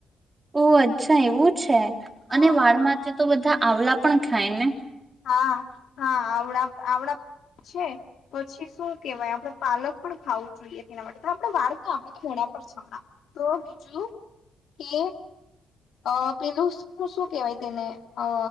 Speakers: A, on the right; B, on the left.
A: ઓ અચ્છા એવું છે.
B: હા.
A: અને વાળ માટે તો બધા આવલા પણ ખાય ને.
B: હા હા આવડા આવડા છે પછી શું કેવાય આપડે પાલક પણ ખાવું જોઈએ તેના માટે તો આપડે વારતા આપડે થોડા ઉપર છે હમણા તો બીજું કે અ પેલું શું શું કેહેવાય તેને અ